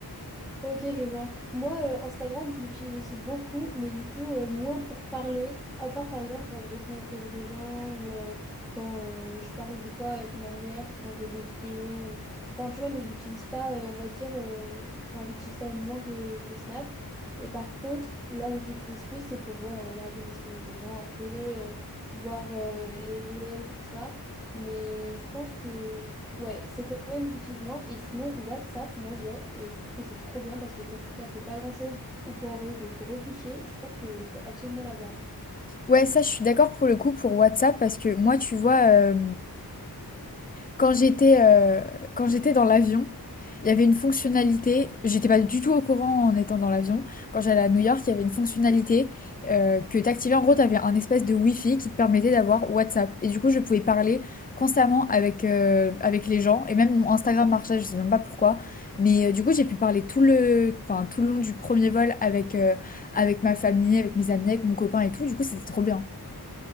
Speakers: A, in the centre; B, on the left.
A: Ok, je vois. Moi, euh, Instagram, je l'utilise aussi beaucoup, mais du coup, euh, moins pour parler, à part par exemple quand je réponds aux stories des gens ou euh, quand euh, je parle des fois avec ma mère qui m'envoie des vidéos. ou- Enfin, tu vois, mais je l'utilise pas, euh, on va dire, euh, enfin, j'utilise quand même moins que, que Snap. Et par contre, là où je l'utilise plus, c'est pour ouais, regarder les stories des gens un peu, euh, voir euh, les réels, tout ça. Mais je pense que... Ouais, c'est quand même, j'utilise moins. Et sinon, WhatsApp, moi j'ai, et je trouve que c'est trop bien parce que quand tu captes pas grand-chose ou pour envoyer des gros fichiers, je trouve qu'il faut absolument l'avoir.
B: Ouais, ça, je suis d'accord pour le coup pour WhatsApp, parce que moi, tu vois. euh, Quand j'étais euh, quand j'étais dans l'avion, il y avait une fonctionnalité, j'étais pas du tout au courant en étant dans l'avion. Quand j'allais à New York, il y avait une fonctionnalité euh, que t'activais. En gros, t'avais un espèce de Wi-Fi qui te permettait d'avoir WhatsApp. Et du coup, je pouvais parler constamment avec, euh, avec les gens. Et même mon Instagram marchait, je sais même pas pourquoi. Mais euh, du coup, j'ai pu parler tout le, enfin, tout le long du premier vol avec, euh, avec ma famille, avec mes amis, avec mon copain et tout. Du coup, c'était trop bien.